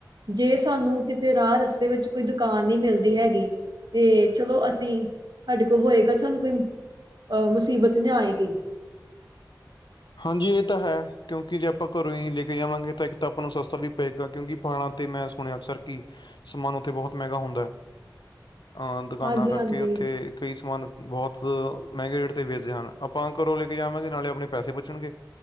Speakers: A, on the right; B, on the left.
A: ਜੇ ਸਾਨੂੰ ਕਿਸੇ ਰਾਹ - ਰਸਤੇ ਵਿੱਚ ਕੋਈ ਦੁਕਾਨ ਨੀ ਮਿਲਦੀ ਹੈਗੀ। ਤੇ ਚਲੋ ਅਸੀਂ ਸਾਡੇ ਕੋਲ ਹੋਏਗਾ ਸਾਨੂੰ ਕੋਈ ਅਹ ਮੁਸੀਬਤ ਨੀ ਆਏਗੀ।
B: ਹਾਂਜੀ, ਇਹ ਤਾਂ ਹੈ ਕਿਉਂਕਿ ਜੇ ਆਪਾਂ ਘਰੋਂ ਈ ਲੈ ਕੇ ਜਾਵਾਂਗੇ ਤਾਂ ਇੱਕ ਤਾਂ ਆਪਾਂ ਨੂੰ ਸਸਤਾ ਵੀ ਪਏਗਾ। ਕਿਉਂਕਿ ਪਹਾੜਾਂ ਤੇ ਮੈਂ ਸੁਣਿਆ ਅਕਸਰ ਕਿ ਸਮਾਨ ਉੱਥੇ ਬਹੁਤ ਮਹਿੰਗਾ ਹੁੰਦਾ ਆ। ਆ ਦੁਕਾਨਾਂ
A: ਹਾਂਜੀ
B: ਕਰਕੇ
A: ਹਾਂਜੀ
B: ਉੱਥੇ ਕਈ ਸਮਾਨ ਬਹੁਤ ਮਹਿੰਗੇ ਰੇਟ ਤੇ ਵੇਚਦੇ ਹਨ। ਆਪਾਂ ਘਰੋਂ ਲੈ ਕੇ ਜਾਵਾਂਗੇ ਨਾਲੇ ਆਪ ਆਪਣੇ ਪੈਸੇ ਬਚਣ ਗੇ।